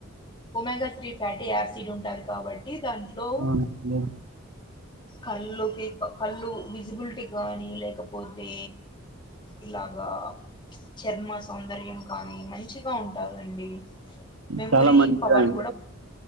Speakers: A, on the left; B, on the right.
A: ఒమెంగా త్రీ ఫ్యాటీ ఆయాసిడ్ ఉంటంది కాబట్టి దాంట్లో
B: అవునండి.
A: కళ్ళుకి కళ్ళు విజిబుల్టీక్ గాని లేకపోతే ఇలాగా చర్మ సౌందర్యం కానీ మంచిగా ఉంటందండి మెమొరీ
B: చాలా మంచిదండి.
A: పవర్